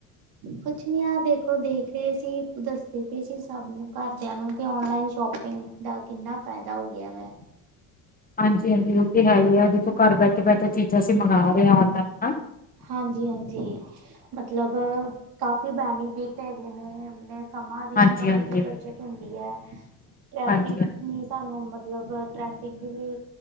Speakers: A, on the right; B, on the left.
A: ਕੁਛ ਨੀ ਆ ਦੇਖੋ ਦੇਖ ਰਹੇ ਸੀ ਦੱਸਦੇ ਪਏ ਸੀ ਸਭ ਨੂੰ ਘਰਦਿਆਂ ਨੂੰ ਕਿ ਆਨਲਾਈਨ ਸ਼ੋਪਿੰਗ ਦਾ ਕਿੰਨਾ ਫਾਇਦਾ ਹੋ ਗਿਆ ਵਾ
B: ਹਾਂਜੀ -ਹਾਂਜੀ ਉਹ ਤੇ ਹੈ ਹੀ ਦੇਖੋ ਘਰ ਬੈਠੇ ਬੈਠੇ ਚੀਜ਼ਾਂ ਅਸੀਂ ਮੰਗਾ ਰਹੇ ਔਨਲਾਈਨ
A: ਹਾਂਜੀ ਹਾਂਜੀ ਮਤਲਬ ਕਾਫੀ ਬੈਨੀਫਿਟ ਹੈਗੇ ਨੇ ਸਮਾਂ ਦੀ
B: ਹਾਂਜੀ
A: ਸਮੇਂ
B: ਹਾਂਜੀ
A: ਦੀ ਬੱਚਤ ਹੁੰਦੀ ਹੈ ਟ੍ਰੈਫਿਕ
B: ਹਾਂਜੀ
A: ਨਹੀਂ ਸਾਨੂੰ ਮਤਲਬ ਟ੍ਰੈਫਿਕ ਦਾ ਵੀ